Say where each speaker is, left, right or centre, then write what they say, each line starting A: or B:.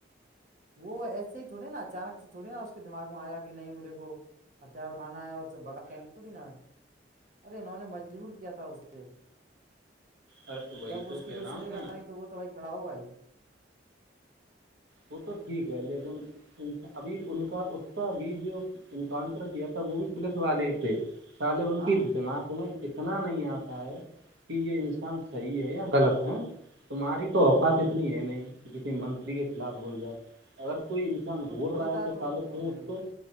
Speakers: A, on the right; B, on the right.
A: وہ ایسے ہی تھڑی نا اچانک سے تھوڑی نا اس کے دماغ میں آیا گیا نہیں میرے کو ہتھیار اٹھانا ہے اور باٹینا ارے انہوں نے مجبور کیا تھا اسے
B: ارے وہی
A: جب
B: تو
A: اس کی
B: کہہ
A: کوئی
B: رہا
A: سنے
B: ہوں میں
A: گا نہیں تو وہ تو بھائی کھڑا ہوا جی
B: وہ تو ٹھیک ہے لیکن ابھی ان کا اس کا بھی جو انکاؤنٹر کیا تھا وہ بھی پولیس والے تھے چالے ان
A: ہاں
B: کی دماغ میں اتنا نہیں آتا ہے کہ یہ انسان صحیح ہے یا غلط ہے تمہاری تو اوقات اتنی ہے نہیں کہ کسی منتری کے خلاف بول جائے اگر کوئی انسان
A: کوئی
B: بھول
A: بولتا
B: رہا ہے تو خالت
A: ان کو بولنے
B: تم اسھ
A: نہیں دیتے
B: کو